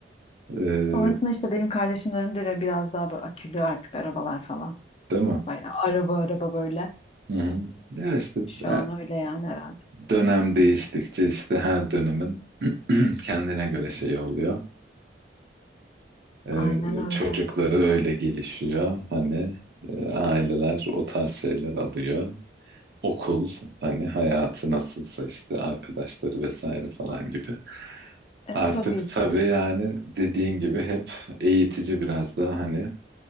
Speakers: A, on the right; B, on the left.
A: Ee,
B: Sonrasında işte benim kardeşimin de biraz daha böyle akülü artık arabalar falan.
A: değil mi?
B: Bayağı araba araba böyle.
A: Hı hı. Ya işte
B: Şu an
A: e,
B: öyle yani herhalde.
A: dönem değiştikçe işte her dönemin <clears throat> kendine göre şey oluyor. Ee,
B: Aynen öyle.
A: çocukları öyle gelişiyor. Hani e, aileler o tarz şeyler alıyor. Okul hani hayatı nasılsa işte arkadaşları vesaire falan gibi.
B: E
A: Artık
B: tabii
A: tabii
B: ki.
A: yani dediğin gibi hep eğitici biraz daha hani